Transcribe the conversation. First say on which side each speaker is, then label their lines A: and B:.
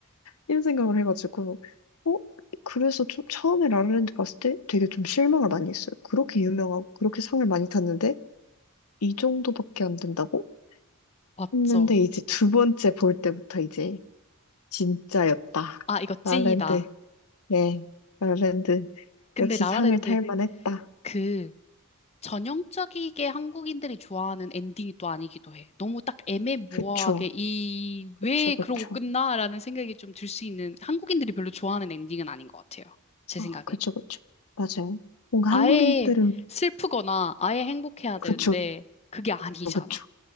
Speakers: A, on the left (about 80°); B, on the left (about 30°).
A: 이런 생각을 해가지고, 어? 그래서 좀 처음에 라라랜드 봤을 때 되게 좀 실망을 많이 했어요. 그렇게 유명하고 그렇게 상을 많이 탔는데 이 정도밖에 안 된다고?
B: 맞죠.
A: 했는데 이제 두 번째 볼 때부터 이제 진짜였다.
B: 아, 이거
A: 라라랜드,
B: 찐이다.
A: 네, 라라랜드
B: 근데
A: 역시
B: 라라랜드
A: 상을 탈 만했다.
B: 그 전형적이게 한국인들이 좋아하는 엔딩이 또 아니기도 해. 너무 딱 애매모호하게
A: 그쵸,
B: 이
A: 그쵸,
B: 왜
A: 그쵸.
B: 그러고 끝나라는 생각이 좀 들 수 있는 한국인들이 별로 좋아하는 엔딩은 아닌 것 같아요. 제
A: 아,
B: 생각에.
A: 그쵸, 그쵸. 맞아요. 뭔가
B: 아예
A: 한국인들은
B: 슬프거나 아예 행복해야 되는데
A: 그쵸,
B: 그게 아니잖아.
A: 그쵸.